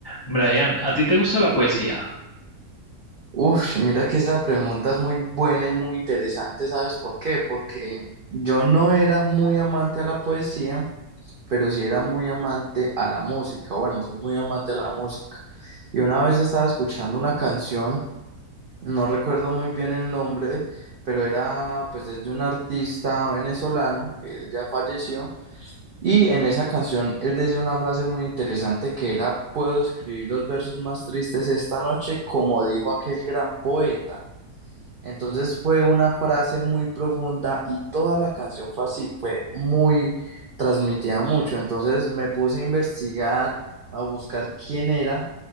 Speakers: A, on the left (about 20°); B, on the right (about 60°).
A: Brian, ¿a ti te gusta la poesía?
B: Uf, mira que esa pregunta es muy buena y muy interesante, ¿sabes por qué? Porque yo no era muy amante a la poesía, pero sí era muy amante a la música. Bueno, soy muy amante a la música. Y una vez estaba escuchando una canción, no recuerdo muy bien el nombre, pero era pues es de un artista venezolano que él ya falleció. Y en esa canción él decía una frase muy interesante que era, puedo escribir los versos más tristes esta noche como dijo aquel gran poeta. Entonces fue una frase muy profunda y toda la canción fue así, fue muy transmitida mucho. Entonces me puse a investigar, a buscar quién era